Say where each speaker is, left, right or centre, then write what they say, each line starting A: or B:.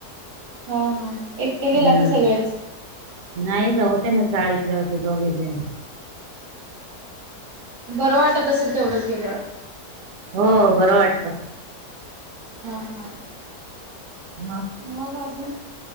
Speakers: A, on the right; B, on the right.
A: हा हा. एकटे गेला
B: हम्म
A: का सगळेच?
B: नाही तर होत्या ना चाळीतल्या होत्या दोघी जणी
A: बरं वाटत असेल तेवढंच गेल्यावर?
B: हो बरं वाटतं.
A: हा हा.
B: मंग?
A: मग अजून